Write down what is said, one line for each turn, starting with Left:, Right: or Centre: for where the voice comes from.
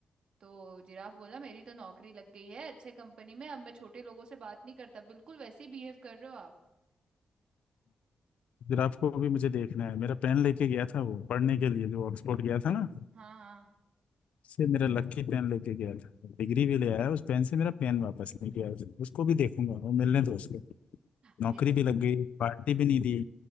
Right: तो जिराफ बोला मेरी तो नौकरी लग गई है अच्छे कंपनी में अब मैं छोटे लोगों से बात नहीं करता बिल्कुल वैसे ही बिहेव कर रहे हो आप
Left: जिराफ को भी मुझे देखना है मेरा पेन लेके गया था वो पढ़ने के लिए जो ऑक्सफोर्ड गया था ना
Right: हाँ हाँ
Left: उससे मेरा लकी पेन लेके गया था डिग्री भी ले आया उस पेन से मेरा पेन वापस नहीं किया उसने उसको भी देखूंगा वो मिलने दो उसको
Right: अरे
Left: नौकरी
Right: तो
Left: भी लग गई पार्टी भी नहीं दी